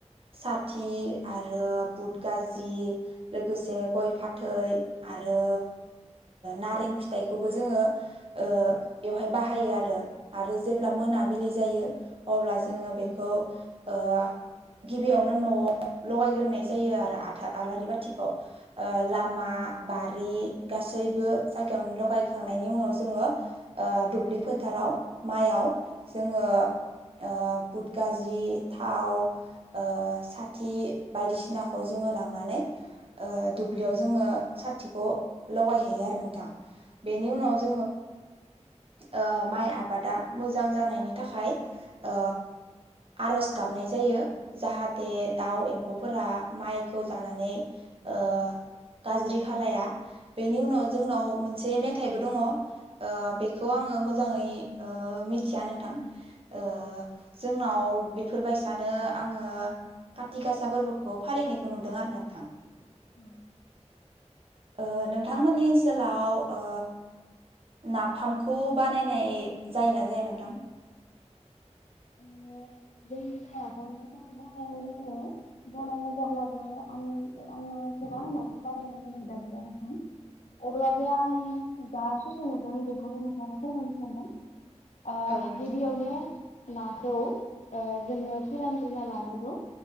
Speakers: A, on the right; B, on the left.
A: साथि आरो बुट गाजि लोगोसे गय फाथै आरो नारें ओ फिथाइखौबो जोंङो ओ बेवहाय बाहायो आरो आरो जेब्ला मोनाबिलि जायो अब्ला जोंङो बेखौ ओ गिबियावनो नआव लगायग्रोनाय जायो आरो आथा आलारि बाथिखौ ओ लामा बा रि गासैबो जायगायावनो लगायखांनायनि उनाव जोंङो ओ दुब्लि फोथाराव माइयाव जोंङो ओ बुद गाजि थाव ओ साथि बायदिसिनाखौ जोंङो लांनानै ओ दुब्लियाव जोंङो साथिखौ लगायहैयो आरो नोंथां। बेनि उनाव ओ माइ आबादा मोजां जानायनि थाखाय ओ आरज गाबनाय जायो। जाहाथे दाउ एम्फौ फोरा माइखौ जानानै ओ गाज्रि खालाया बेनि उनाव जोंनाव मोनसे मेथाइबो दङ <inaudible> ओ बेखौ आंङो मोजांङै ओ मिथिया नोंथां ओ जोंनाव बेफोरबायसानो आंङो काति गासा फोरबोखौ फालिनायखौ नुदों आरो नोंथां।
B: औ
A: ओ नोंथांमोननि ओनसोलाव ओ नाफामखौ बानायनाय जायोना जाया नोंथां?
B: ओ जोंनि जाय नाफामखौ बनायनाय जायो बनायनाय जाब्लाबो आं-आंना एसेबां नाफाम बानायनाय नि हुदा गैया नोंथां अब्लाबो आं जा ससे नुदों बेखौनो नोंथांनो फोरमायनो सानदों। ओ
A: औ नोंथां
B: गिबियावनो ना खौ ओ जोंङो फोरानग्रोना लानांगौ